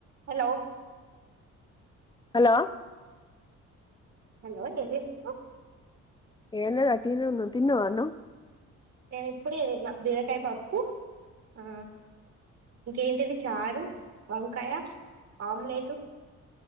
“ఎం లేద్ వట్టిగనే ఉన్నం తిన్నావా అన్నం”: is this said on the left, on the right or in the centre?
Left